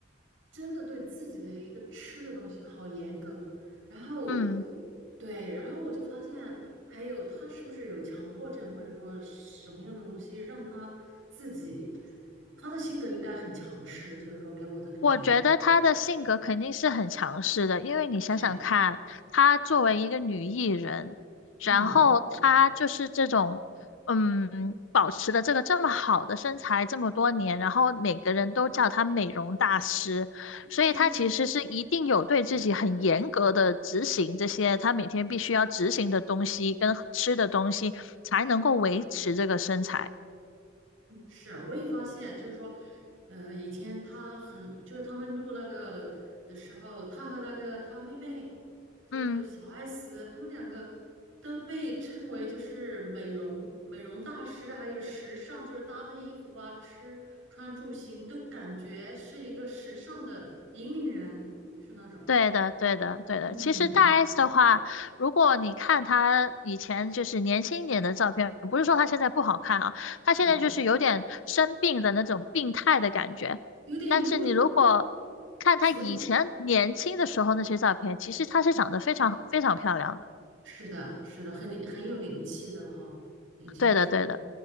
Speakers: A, on the right (about 80°); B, on the left (about 85°).
A: 真的对自己的一个吃的东西好严格，然后
B: 嗯。
A: 对，然后我就发现还有他是不是有强迫症，或者说什么样的东西让他自己他的性格应该很强势，就是说给我的感觉应该
B: 我觉得她的性格肯定是很强势的，因为你想想看，
A: 对，
B: 她作为一个女艺人，然后她就是这种，
A: 嗯，
B: 嗯，保持的这个这么好的身材这么多年，然后每个人都叫她美容大师，
A: 哎，
B: 所以她其实是一定有对自己很严格的执行这些她每天必须要执行的东西跟吃的东西，
A: 对对对，
B: 才能够维持这个身材。
A: 嗯是啊，我也发现，就是说，呃，以前他很，就是他们录那个的时候，他和那个他妹妹，就是小
B: 嗯。
A: S，他们两个都被称为就是美容美容大师，还有时尚，就是搭配衣服啊、吃穿住行，都感觉是一个时尚的引领人，是那种，
B: 对的，对的，对的。
A: 嗯，
B: 其实大 S 的话，如果你看她以前就是年轻一点的照片，不是说她现在不好看啊，她现在就是有点生病的那种病态的感觉。
A: 嗯，有点臃肿、
B: 但是你如果看她以前年轻的时候那些照片，
A: 浮肿。
B: 其实她是长得非常非常漂亮的。
A: 是的，是的，很很有灵气的哈，年轻的时候，
B: 对的，对的。